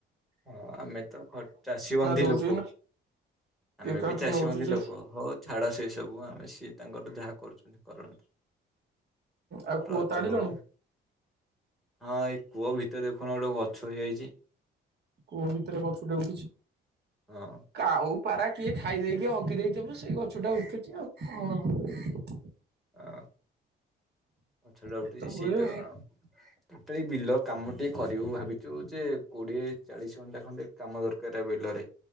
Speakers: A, in the centre; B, on the right (about 55°).
A: ହଁ ଆମେତ ଚାଷୀ ବନ୍ଧୀ
B: ଦଉଛି
A: ଲୋକ ଆମେବି
B: କିଏ କାହାଠୁ
A: ଚାଷୀ
B: ନଉଛୁ
A: ବନ୍ଦୀ
B: ଯେ
A: ଲୋକ ହୋଉ ଛାଡ ସେ ସବୁ ଆମେ ସିଏ ତାଙ୍କର ଯାହା କରୁଛନ୍ତି କରନ୍ତୁ
B: ଆଉ କୂଅ
A: ରଜ
B: ତାଡିଲଣି
A: ହୋଉ। ହଁ ଏଇ କୂଅ ଭିତରେ ଦେଖୁନ ଗୋଟେ ଗଛ ହେଇଯାଇଛି।
B: କୂଅ ଭିତରେ ଗଛଟେ ଉଠିଚି
A: ହଁ।
B: କାଉ ପାରା କିଏ ଖାଇ ଦେଇେକି ହଗି ଦେଇଥିବ ସେଇ ଗଛଟା ଉଠୁଚି ଆଉ କଣ
A: ହଁ,। ଗଛଟା ଉଠିଚି
B: ଏ ତ
A: ସେଇଟା
B: ହୁଏ ଆଉ।
A: ଏଇତ ବିଲ କାମ ଟିକେ କରିବୁ ଭାବିଛୁ ଯେ କୋଡିଏ ଚାଳିଶ ଘଣ୍ଟା ଖଣ୍ଡେ କାମ ଦରକାର ବିଲରେ